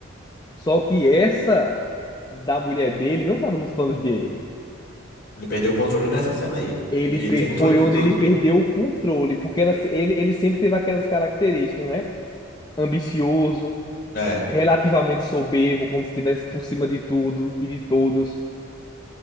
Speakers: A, on the left (about 20°); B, on the left (about 55°).
A: Só que essa da mulher dele não tava nos planos dele.
B: Ele perdeu o controle nessa cena aí.
A: Ele
B: E-
A: pe-
B: Ele tem controle
A: foi
B: de
A: onde
B: tudo.
A: ele perdeu o controle, porque ela, se- ele, ele sempre teve aquelas características, né? Ambicioso,
B: É.
A: relativamente soberbo, como se estivesse por cima de tudo e de todos.